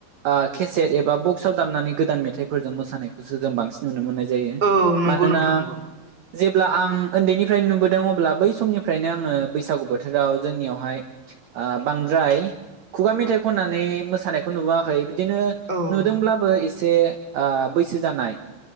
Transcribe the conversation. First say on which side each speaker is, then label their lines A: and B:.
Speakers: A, on the right (about 65°); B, on the right (about 15°).
A: आ केसेत एबा बक्स आव दामनानै गोदान मेथाइफोरजों मोसानायखौसो जों बांसिन नुनो मोननाय जायो। जायो
B: औ नंगौ
A: मानोना
B: नोंथां नंगौ
A: जेब अब्ला आं ओन्दैनिफ्रायनो नुबोदों अब्ला बै समनिफ्रायनो आङो बैसागु बोथोराव जोंनियावहाय आ बांद्राय खुगा मेथाइ खननानै मोसानायखौ नुबोआखै बिदिनो
B: औ ओं
A: नुदोंब्लाबो एसे ओ बैसो जानाय